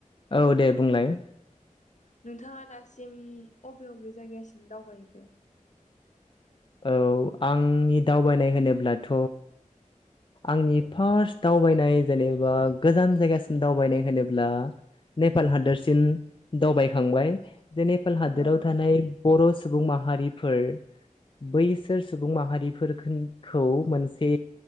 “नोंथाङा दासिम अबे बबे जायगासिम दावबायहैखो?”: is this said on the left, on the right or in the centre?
Left